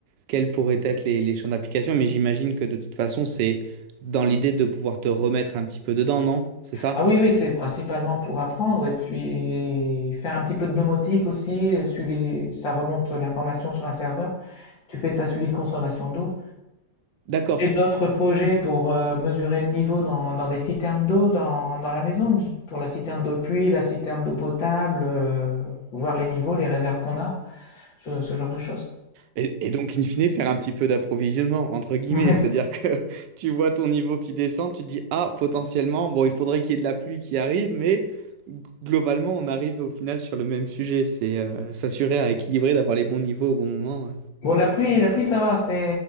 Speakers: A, on the right (about 75°); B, on the left (about 85°).
A: quels pourraient être les, les champs d'application, mais j'imagine que de toute façon, c'est dans l'idée de pouvoir te remettre un petit peu dedans, non? C'est ça?
B: Ah oui, oui, c'est principalement pour apprendre et puis faire un petit peu de domotique aussi, euh, suivi, ça remonte l'information sur un serveur. Tu fais ta suivi de consommation d'eau.
A: D'accord.
B: Et d'autres projets pour euh, mesurer le niveau dans, dans des citernes d'eau dans, dans la maison, pour la citerne d'eau de pluie, la citerne d'eau potable, euh, voir les niveaux, les réserves qu'on a, ce, ce genre de choses.
A: Et, et donc, in fine, faire un petit peu d'approvisionnement, entre
B: <laughs>
A: guillemets,
B: Ouais.
A: c'est-à-dire que <laughs> tu vois ton niveau qui descend, tu te dis, ah, potentiellement, bon, il faudrait qu'il y ait de la pluie qui arrive, mais g- globalement, on arrive au final sur le même sujet, c'est euh, s'assurer à équilibrer, d'avoir les bons niveaux au bon moment. euh.
B: Bon, la pluie, la pluie, ça va, c'est,